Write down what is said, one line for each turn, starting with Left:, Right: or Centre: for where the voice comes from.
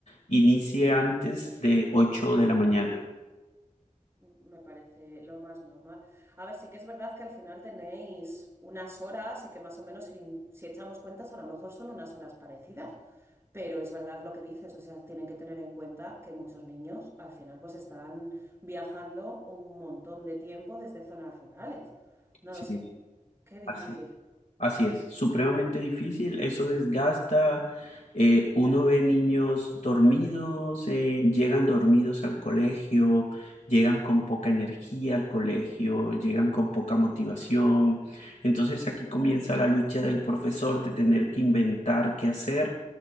Left: inicie antes de 8 de la mañana.
Right: Me parece lo más normal. A ver, sí que es verdad que al final tenéis unas horas y que más o menos si, si echamos cuentas a lo mejor son unas horas parecidas, pero es verdad lo que dices, o sea, tienen que tener en cuenta que muchos niños al final pues están viajando un montón de tiempo desde zonas rurales. No
Left: Sí,
Right: lo sé, qué difícil.
Left: así. Así es, supremamente difícil, eso desgasta, eh, uno ve niños dormidos, eh, llegan dormidos al colegio, llegan con poca energía al colegio, llegan con poca motivación. Entonces aquí comienza la lucha del profesor de tener que inventar qué hacer